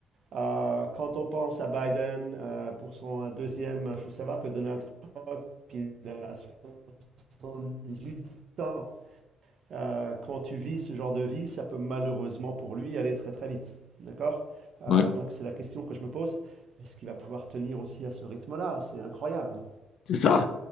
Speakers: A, on the right (about 60°); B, on the left (about 70°).
A: Euh, quand on pense à Biden euh, pour son deuxième, il faut savoir que Donald Trump, il a 78 ans. Euh, quand tu vis ce genre de vie, ça peut malheureusement pour lui aller très très vite. D'accord? Euh,
B: ouais,
A: donc c'est la question que je me pose. Est-ce qu'il va pouvoir tenir aussi à ce rythme-là? C'est incroyable.
B: c'est ça.